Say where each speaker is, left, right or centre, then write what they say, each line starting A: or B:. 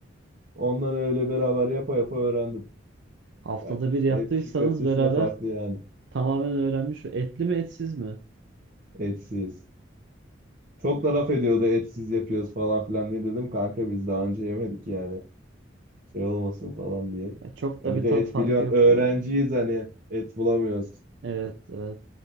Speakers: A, on the right; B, on the right.
A: Ondan öyle beraber yapa yapa öğrendim.
B: Haftada
A: Yani
B: bir yaptıysanız
A: ev çiğ köftesi
B: beraber
A: de farklı yani.
B: tamamen öğrenmiş. Etli mi etsiz mi?
A: Etsiz. Çok da laf ediyordu etsiz yapıyoruz falan filan diye dedim. Kanka biz daha önce yemedik yani. Şey olmasın falan diye.
B: Ya çok
A: Ya
B: da bir
A: bir de
B: tat
A: et
B: farkı
A: biliyorsun
B: yok
A: öğrenciyiz
B: ya.
A: hani et bulamıyoruz.
B: Evet, evet.